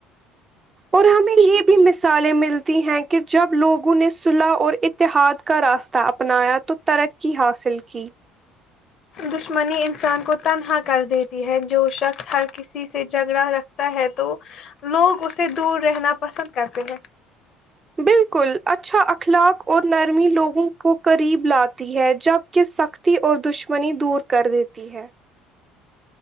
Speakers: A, on the right; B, on the left.
A: اور ہمیں یہ بھی مثالیں ملتی ہیں کہ جب لوگوں نے صلح اور اتحاد کا راستہ اپنایا تو ترقی حاصل کی
B: دشمنی انسان کو تنہا کر دیتی ہے جو شخص ہر کسی سے جھگڑا رکھتا ہے تو لوگ اسے دور رہنا پسند کرتے ہیں
A: بالکل اچھا اخلاق اور نرمی لوگوں کو قریب لاتی ہے جبک سختی اور دشمنی دور کر دیتی ہے